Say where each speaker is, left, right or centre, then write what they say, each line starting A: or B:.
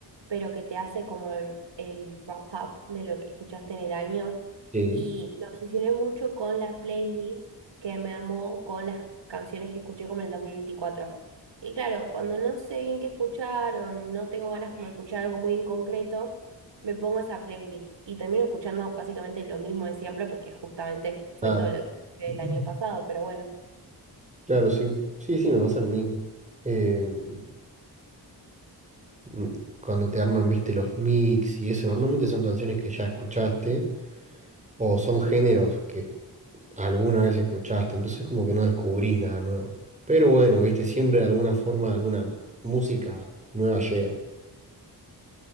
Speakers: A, on the right; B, on the right.
A: pero que te hace como el, el wrap up de lo que escuchaste en el año.
B: Sí.
A: Y me obsesioné mucho con la playlist que me armó con las canciones que escuché como en el dos mil veinticuatro Y claro, cuando no sé bien qué escuchar o no tengo ganas como de escuchar algo muy en concreto, me pongo esa playlist y termino escuchando básicamente lo mismo de siempre porque justamente fue
B: Claro.
A: todo lo que el
B: Ujú.
A: año pasado, pero bueno.
B: Claro, sí, sí, sí, me pasa lo mismo. Em, mm, cuando te arman, viste, los mix y eso, normalmente son canciones que ya escuchaste o son géneros que alguna vez escuchaste, entonces como que no descubrís nada nuevo. Pero bueno, viste, siempre de alguna forma, alguna música nueva llega.